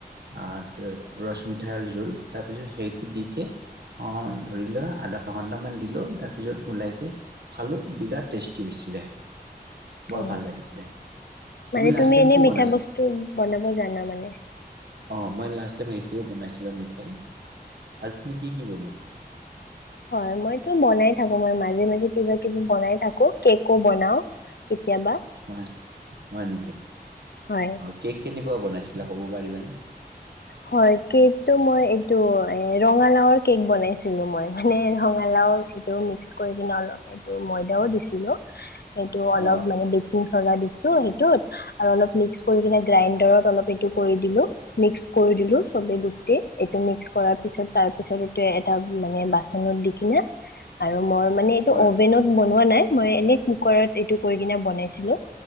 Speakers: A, on the right (about 80°); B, on the left (about 75°).
A: আহ ৰস মিঠাইৰ জোল তাৰপিছত সেইটো দিকে, অ ধৰি লোৱা আধা ঘন্টামান দিলো তাৰপিছত ওলাইকে খালো বিৰাট টেষ্টি হৈছিলে। বৰ
B: অ
A: ভাল লাগিছিলে
B: মানে,
A: লাষ্ট
B: তুমি
A: টাইম
B: এনেই
A: কি
B: মিঠা
A: বনাইছিলা
B: বস্তু বনাব জানা মানে হয় <inaudible>
A: অ মই লাষ্ট টাইম সেইটোৱে বনাইছিলো মিঠাই, আৰু তুমি কি কি বনোৱা?
B: হয় মইতো বনাই থাকো, মই মাজে মাজে কিবা কিবি বনাই থাকো কেকো বনাও। কেতিয়াবা
A: হয়, হয় নেকি অ
B: হয়
A: কেক কেনে কেনেকোৱা বনাইছিলা, ক'ব পাৰিবানে?
B: হয় কেকটো মই এইটো এ ৰঙালাওৰ কেক বনাইছিলো মই, মানে ৰঙালাও এইটো মিক্স কৰি কিনে অলপ এইটো ময়দাও দিছিলো, এইটো অলপ
A: অ
B: মানে বেকিং চদা দিছিলো। ত সেইতোত, আৰু অলপ মিক্স কৰি কেনে গাইণ্ডাৰত অলপ সেইতো কৰি দিলো। কৰি দিলো চবে গোট এইটো মিক্স কৰাৰ পিছত, তাৰ পিছত এইটো এটা মানে বাচনত দি কিনে আৰু মই মানে এইটো
A: হয়
B: অভেনত বনোৱা নাই। মই এনেই কুকাৰত এইটো কৰি কিনে বনাইছিলো,